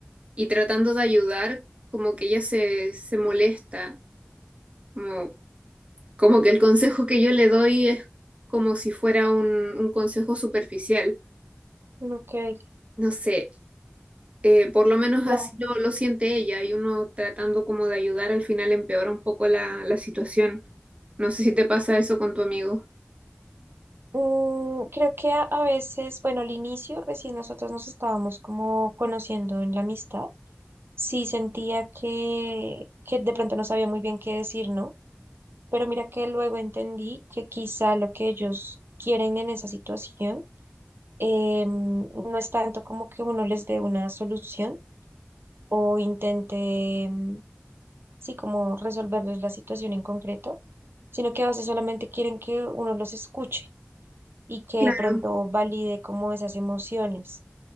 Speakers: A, on the right (about 30°); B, on the right (about 70°).
A: y tratando de ayudar, como que ella se, se molesta, como Como que el consejo que yo le doy es como si fuera un, un consejo superficial.
B: Ujú. Ok,
A: No sé, eh, por lo menos
B: claro.
A: así lo, lo siente ella y uno tratando como de ayudar al final empeora un poco la, la situación. No sé si te pasa eso con tu amigo.
B: Mm, creo que a, a veces, bueno, al inicio recién nosotros nos estábamos como conociendo en la amistad. Sí sentía que, que de pronto no sabía muy bien qué decir, ¿no? Pero mira que luego entendí que quizá lo que ellos quieren en esa situación em, no es tanto como que uno les dé una solución, o intente, mm, sí, como resolverles la situación en concreto, sino que a veces solamente quieren que uno los escuche y que
A: Claro.
B: de pronto valide como esas emociones.